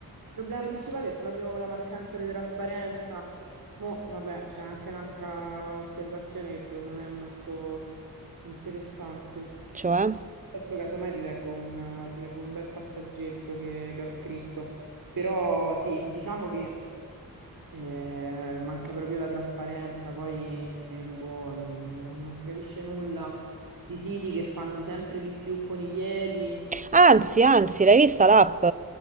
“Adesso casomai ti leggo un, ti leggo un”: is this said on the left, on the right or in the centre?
Right